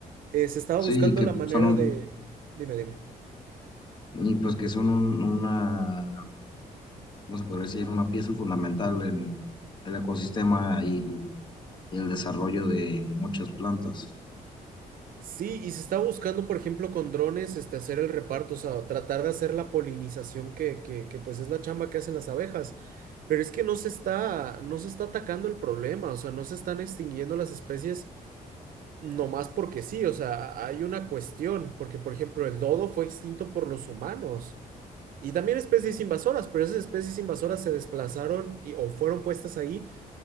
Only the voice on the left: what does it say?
Sí,
que
son un-
y pues que son un- una, ¿cómo se podría decir? Una pieza fundamental en el ecosistema y, y el desarrollo de muchas plantas.